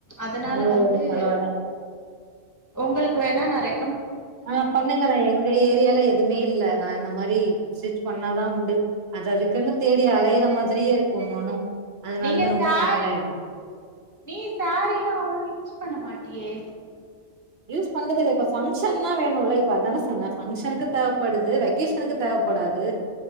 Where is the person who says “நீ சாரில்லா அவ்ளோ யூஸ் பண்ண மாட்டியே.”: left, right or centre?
Left